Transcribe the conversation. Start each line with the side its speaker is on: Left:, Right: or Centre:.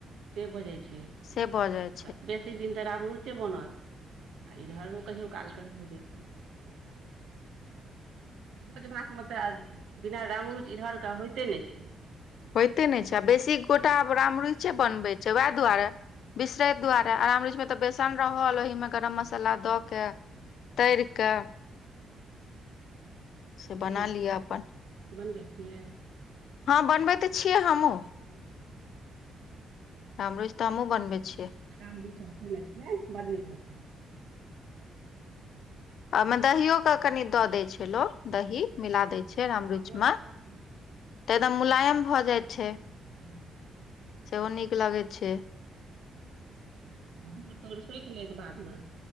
Right: से भऽ जाइ छै
Left: से भऽ जाइ छै।
Right: तऽ बेसी दिन त राम रुचे बनत आ इधरो कहियो कालके भऽ जाइत छै भोज भात मे त बिना रामरूच इहरके होइते ने छै
Left: होयते ने छै आ बेसी गोटा आब राम रुचे बनबे छै वएह दुआरे बिसरे दुआरेरमच मे त बेसन रहल ओहि गरम मसाला द के तर के से
Right: बनबै
Left: बना
Right: छियै
Left: लिअ अपन
Right: बनबै छियै।
Left: ह बनबै छिय हमहु
Right: बनबै छियै
Left: हमरो त हमहुँ बनबै छियै
Right: राम दू सभ खी लै छियै बड़ नीक होइ छै
Left: ओ ओहिमे दहिो के कनि दऽ दै छै लोकोग दही मिला
Right: हँ
Left: दै छै राम
Right: हँ
Left: रुच
Right: मोर सॉफ्ट
Left: मे तऽ
Right: होइ छै
Left: एकदम मुलायम भ जाइ छै
Right: हँ
Left: सेहो नीक लागै छै।
Right: जोर तोर सुखि लेत बादमे